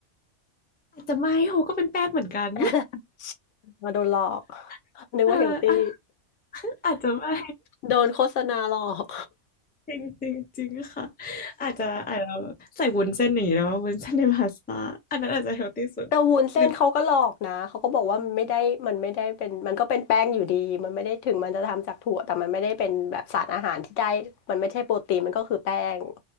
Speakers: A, on the left; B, on the left.
A: อาจจะไม่โฮก็เป็นแป้งเหมือนกัน
B: <laughs> มาโดนหลอก
A: <laughs>
B: นึกว่าเฮลตี้
A: เอออ่ะ <laughs> อาจจะไม่
B: <laughs> โดนโฆษณาหลอก
A: จริงจริงจริงค่ะอาจจะอาจจะใส่วุ้นเส้นอย่างนี้แล้วว่าวุ้นเส้นในพาสต้าอันนั้นอาจจะเฮลตี้สุดหรือ
B: แต่วุ้นเส้นเขาก็หลอกนะเขาก็บอกว่ามันไม่ได้มันไม่ได้เป็นมันก็เป็นแป้งอยู่ดีมันไม่ได้ถึงมันจะทำจากถั่วแต่มันไม่ได้เป็นแบบสารอาหารที่ได้มันไม่ใช่โปรตีนมันก็คือแป้ง